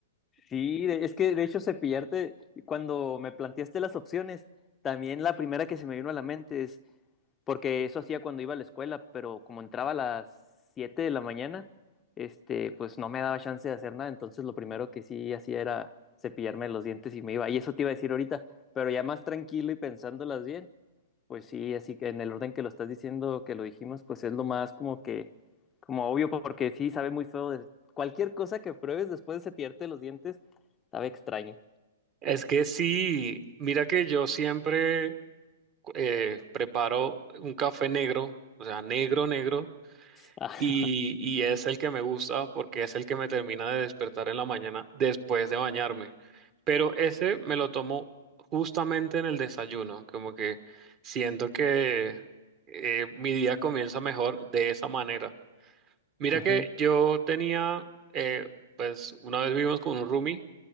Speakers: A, on the left (about 20°); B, on the right (about 30°).
A: Sí, de- es que de hecho cepillarte, cuando me planteaste las opciones, también la primera que se me vino a la mente es, porque eso hacía cuando iba a la escuela, pero como entraba a las 7 de la mañana, este, pues no me daba chance de hacer nada, entonces lo primero que sí hacía era cepillarme los dientes y me iba. Y eso te iba a decir ahorita, pero ya más tranquilo y pensándolas bien, Pues sí, así que en el orden que lo estás diciendo, que lo dijimos, pues es lo más como que, como obvio, porque sí sabe muy feo. de- cualquier cosa que pruebes después de cepillarte los dientes, sabe extraño.
B: Es que sí, mira que yo siempre eh, preparo un café negro, o sea, negro, negro.
A: <laughs> Ah,
B: Y, y es el que me gusta porque es el que me termina de despertar en la mañana después de bañarme. Pero ese me lo tomo justamente en el desayuno, como que siento que eh, mi día comienza mejor de esa manera. Mira
A: ujú,
B: que yo tenía, eh, pues una vez vivimos con un roomie